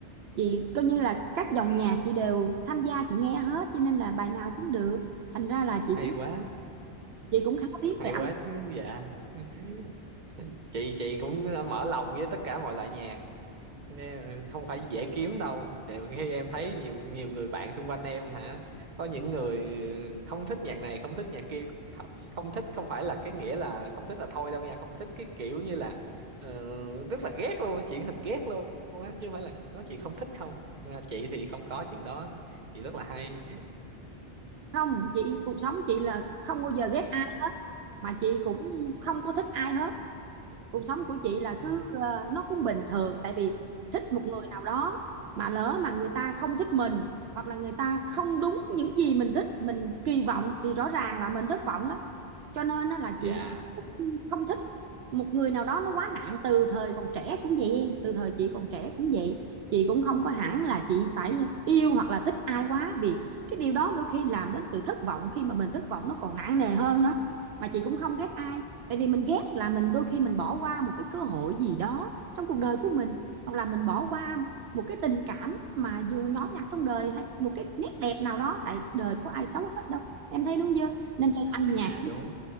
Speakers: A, on the right; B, on the right.
A: chị coi như là các dòng nhạc chị đều tham gia chị nghe hết cho nên là bài nào cũng được thành ra là chị
B: Hay
A: cũng
B: quá,
A: chị cũng khá biết
B: hay
A: về âm
B: quá
A: nhạc
B: chứ dạ. <laughs> Chị chị cũng ờ, mở lòng với tất cả mọi loại nhạc. nghe không phải dễ kiếm đâu tại khi em thấy nhiều nhiều người bạn xung quanh em hả có những người ừ, không thích nhạc này không thích nhạc kia không không thích không phải là cái nghĩa là không thích là thôi đâu nha không thích cái kiểu như là ờ, rất là ghét luôn á, chuyển thành ghét luôn á chứ không phải là nói chuyện không thích không Nhưng mà chị thì không có chuyện đó chị rất là hay
A: không chị cuộc sống chị là không bao giờ ghét mà chị cũng không có thích ai hết cuộc sống của chị là
B: Yeah.
A: cứ ờ, nó cũng bình thường tại vì thích một người nào đó mà lỡ mà người ta không thích mình hoặc là người ta không đúng những gì mình thích mình kỳ vọng thì rõ ràng là mình thất vọng lắm cho nên á là
B: dạ
A: chị cũng không thích một người nào đó nó quá nặng từ thời còn trẻ cũng vậy em từ thời chị còn trẻ cũng vậy chị cũng không có hẳn là chị phải yêu hoặc là thích ai quá vì cái điều đó đôi khi làm đến sự thất vọng khi mà mình thất vọng nó còn nặng nề hơn nữa mà chị cũng không ghét ai tại vì mình ghét là mình đôi khi mình bỏ qua một cái cơ hội gì đó trong cuộc đời của mình hoặc là mình bỏ qua một cái tình cảm mà dù nhỏ nhặt trong đời hay một cái nét đẹp nào đó tại đời có ai xấu hết đâu em thấy đúng chưa nên cho âm nhạc
B: dạ đúng